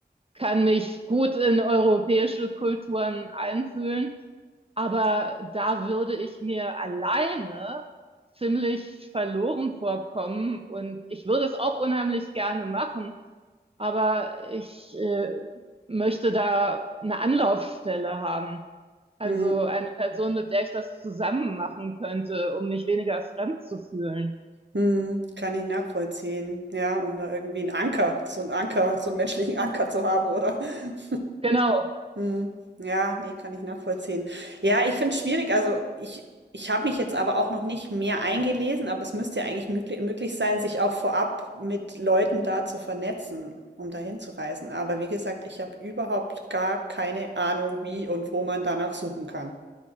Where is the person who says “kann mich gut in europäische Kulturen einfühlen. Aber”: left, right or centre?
Right